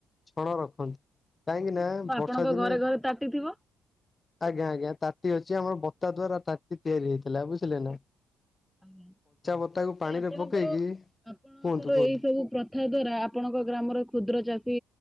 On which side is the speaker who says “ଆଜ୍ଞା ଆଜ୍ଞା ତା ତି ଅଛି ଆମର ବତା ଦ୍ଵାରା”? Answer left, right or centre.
Left